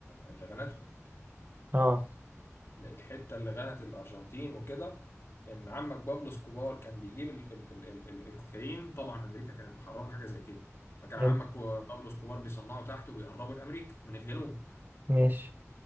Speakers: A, on the left (about 50°); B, on the right (about 40°).
A: اللي غنته
B: اه
A: الحته اللي غنت الارجنتين وكده ان عمك بابلو اسكوبار كان بيجيب ال ال ال ال ال الكوكايين طبعا امريكا كانت محرمه حاجه زي كده فكان
B: حلو
A: عمك و- بابلو اسكوبار بيصنعوا تحت وبيهربوا لامريكا من الجنوب
B: ماشي